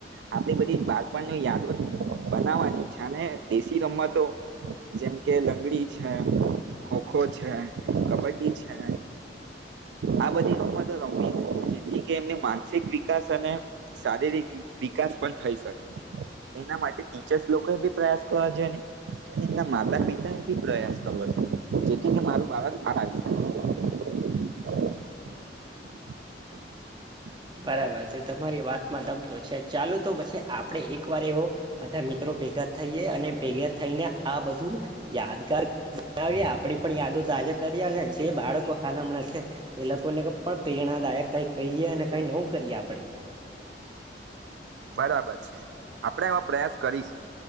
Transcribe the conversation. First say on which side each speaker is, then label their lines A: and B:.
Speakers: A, on the right; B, on the right.
A: આપણી બધી બાળપણની યાદો બનાવવાની છે. અને દેશી રમતો જેમ કે લંગડી છે, ખોખો છે, કબડ્ડી છે આ બધી રમતો રમવી <unintelligible> જેથી કે એમની માનસિક વિકાસ અને શારીરિક વિ વિકાસ પણ થઈ શકે. એના માટે ટીચર્સ લોકોએ બી પ્રયાસ કવા જોઈએને અને એમના માતા-પિતા એ બી પ્રયાસ કરવો જોઈએ. જેથી કે મારું બાળક આ <unintelligible> <unintelligible>
B: બરાબર છે. તમારી વાત માં દમ તો છે. ચાલો, તો પછે આપ પડે એક વાર એવો બધા મિત્રો ભેગા થઈએ. અને ભેગા થઈને આ બધું યાદગાર <unintelligible> વીએ. આપણી પણ યાદો તાજા કરીએ. અને જે બાળકો હાલ હમણાં છે તે લોકોનેગ પણ પ્રેરણાદાયક કઈ કહીએ અને નવું કરીએ આપડે.
A: બરાબર છે. આપડે એમાં પ્રયાસ કરીશું.